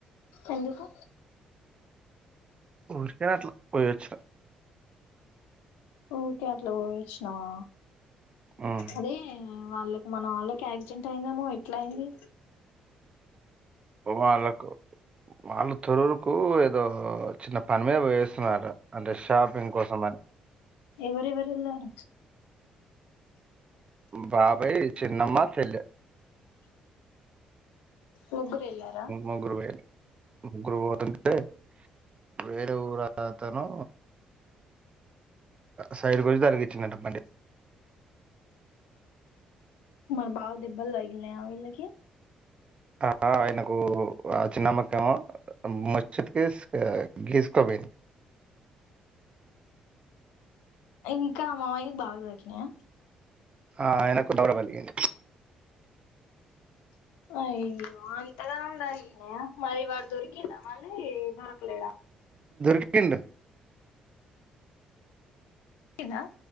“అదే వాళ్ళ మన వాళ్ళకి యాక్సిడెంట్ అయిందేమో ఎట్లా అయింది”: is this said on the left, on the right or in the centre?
Left